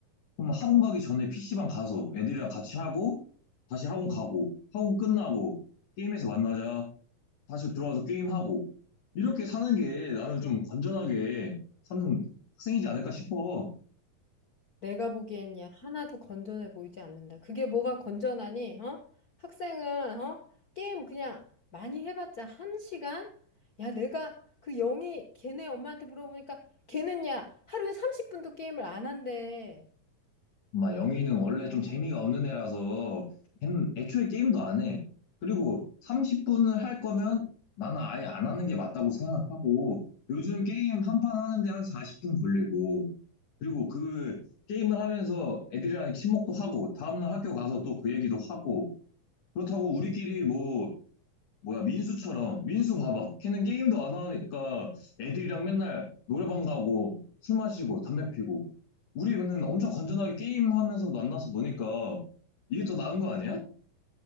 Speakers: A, on the left (about 60°); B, on the left (about 80°).
A: 그럼 학원 가기 전에 PC방 가서 애들이랑 같이 하고, 다시 학원 가고, 학원 끝나고, 게임에서 만나자, 다시 들어와서 게임하고, 이렇게 사는 게 나는 좀 건전하게 사는 학생이지 않을까 싶어.
B: 내가 보기엔 야, 하나도 건전해 보이지 않는다. 그게 뭐가 건전하니, 어? 학생은, 어? 게임 그냥 많이 해봤자 한 시간? 야, 내가 그 영희 걔네 엄마한테 물어보니까 걔는 야, 하루에 30분도 게임을 안 한대.
A: 막 영희는 원래 좀 재미가 없는 애라서 걔는 애초에 게임도 안 해. 그리고 30분을 할 거면 나는 아예 안 하는 게 맞다고 생각하고 요즘 게임 한 판 하는데 한 40분 걸리고 그리고 그 게임을 하면서 애들이랑 친목도 하고 다음날 학교 가서 또 그 얘기도 하고 그렇다고 우리끼리 뭐 뭐야 민수처럼 민수 봐봐 걔는 게임도 안 하니까 애들이랑 맨날 노래방 가고 술 마시고 담배 피고 우리는 엄청 건전하게 게임하면서 만나서 노니까 이게 더 나은 거 아니야?